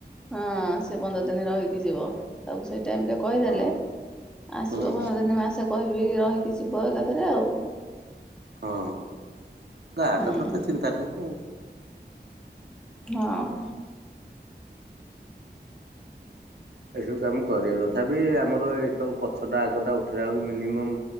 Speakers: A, in the centre; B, on the right.
A: ହଁ ସେ ପନ୍ଦର ଦିନ ରହିକି ଯିବ ତାକୁ ସେଇଠି ଟେ କହିଦେଲେ
B: ହଁ
A: ଆସିବ
B: ହୁଁ
A: ପନ୍ଦର ଦିନ ମା ଆସେ କ ରହିକି ଯିବ ଏକାଥରେ ଆଉ।
B: ହଁ ଗାଁଟା
A: ହୁଁ
B: ତ ତ ଚିନ୍ତା ନାହିଁ ଆଉ।
A: ହଁ।
B: ଏସବୁ କାମ କରିବା ତଥାପି ଆମର ଏତକ ପଛଟା ଆଗଟା ଉଠିଲା ବେଳକୁ ମିନିମମ୍